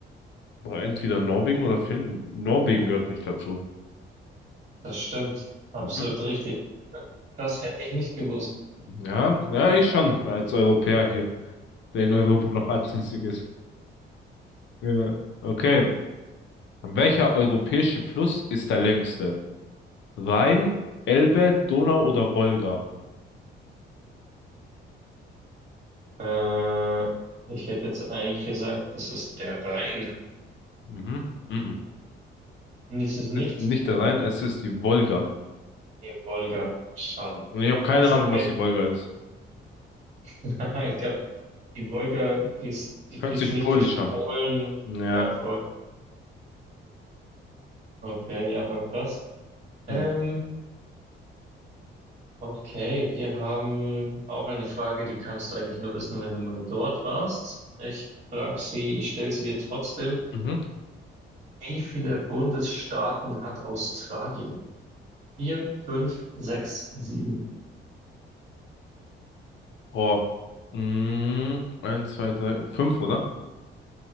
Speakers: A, on the left; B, on the right.
A: Aber entweder Norwegen oder Finnland. Norwegen gehört nicht dazu.
B: Das stimmt. Absolut
A: Mhm.
B: richtig. Krass, hätte ich nicht gewusst.
A: Ja, ja, ich schon, als Europäer hier, der in Europa noch ansässig ist. Ja. Okay. Welcher europäische Fluss ist der längste? Rhein, Elbe, Donau oder Wolga?
B: Äh, ich hätte jetzt eigentlich gesagt, das ist der Rhein.
A: Mhm. Mhm.
B: Und ist es nicht?
A: Es ist nicht der Rhein, es ist die Wolga.
B: Die Wolga. Schade.
A: Und ich habe keine
B: Krass,
A: Ahnung,
B: okay.
A: was die Wolga ist.
B: <laughs> Ich glaube, Die Wolga, die ist, die
A: Hört
B: fließt
A: sich
B: die nicht
A: polisch
B: durch
A: an.
B: Polen.
A: Ja.
B: Ja, voll. Okay, ja, war krass. Ähm,
A: Hm.
B: okay, wir haben auch eine Frage, die kannst du eigentlich nur wissen, wenn du mal dort warst. Ich frage sie, ich stelle sie dir trotzdem.
A: Mhm.
B: Wie viele Bundesstaaten hat Australien? Vier, fünf, sechs, sieben.
A: Oh. Mhm. Eins, zwei, drei, fünf, oder?